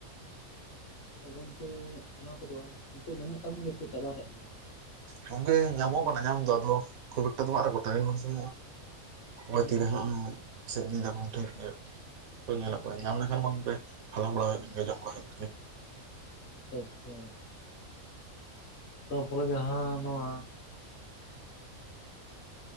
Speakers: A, on the left (about 50°); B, on the right (about 75°).
A: ᱛ ᱜᱚᱝᱠᱮ ᱚᱱᱟ ᱠᱚᱫᱚ ᱱᱤᱛᱳᱜ ᱧᱟᱢᱚᱜ ᱠᱟᱱ ᱜᱮᱭᱟ ᱥᱮ ᱪᱟᱵᱟ ᱦᱮᱡ ᱠᱟᱱᱟ?
B: ᱜᱚᱝᱠᱮ ᱧᱟᱢᱚᱜ ᱠᱟᱱᱟ ᱧᱟᱢ ᱫᱚ ᱟᱫᱚ ᱠᱷᱩᱵ ᱮᱠᱴᱟ ᱫᱚ ᱵᱟ ᱟᱨ ᱜᱚᱴᱟᱜᱮ ᱦᱚᱲ ᱥᱮ? ᱦᱚᱼᱚᱭ
A: ᱢᱟᱱᱮ
B: ᱛᱤ ᱨᱮ ᱦᱟᱜ ᱥᱳᱜ ᱤᱫᱤ ᱵᱟᱵᱚᱱ ᱴᱷᱤᱠ ᱜᱮᱭᱟ ᱧᱮᱞᱚᱜ ᱯᱮ ᱧᱟᱢ ᱞᱮᱠᱷᱟᱱ ᱵᱚᱱ ᱵᱮ ᱦᱟᱞᱟᱝ ᱵᱟᱨᱟ ᱦᱩᱭᱩᱜ ᱠᱟᱱ ᱜᱮᱭᱟ ᱡᱚᱢ ᱵᱟᱨᱟ ᱦᱩᱭᱩᱜ ᱠᱟᱱᱜᱮᱭᱟ᱾
A: ᱟᱪᱪᱷᱟ, ᱛᱟᱯᱚᱨᱮ ᱡᱟᱦᱟᱸ ᱱᱚᱣᱟ,